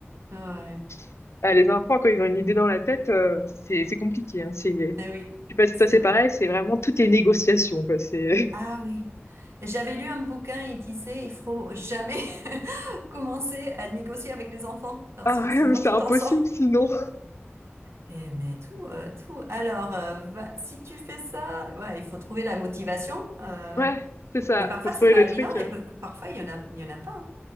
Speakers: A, on the right (about 80°); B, on the left (about 80°).
A: Ouais.
B: <laughs> ah, les enfants, quand ils ont une idée dans la tête, euh, c'est, c'est compliqué. Hein, c'est, je
A: Eh oui,
B: sais pas si
A: c'est
B: toi c'est
A: vrai.
B: pareil, c'est vraiment toutes les négociations, quoi. C'est,
A: Ah oui. J'avais lu un bouquin, il disait, il faut jamais <laughs> commencer à négocier avec les enfants,
B: <laughs>
A: parce
B: ah
A: que sinon
B: ouais, mais c'est
A: tu
B: impossible
A: t'en sors.
B: sinon. <laughs>
A: Eh, mais tout, euh, tout. Alors, euh, va- si tu fais ça, ouais, il faut trouver la motivation. euh,
B: Ouais, c'est ça,
A: mais parfois,
B: faut trouver
A: c'est pas
B: le truc.
A: évident
B: euh.
A: et peu- parfois, il y en a, il y en a pas.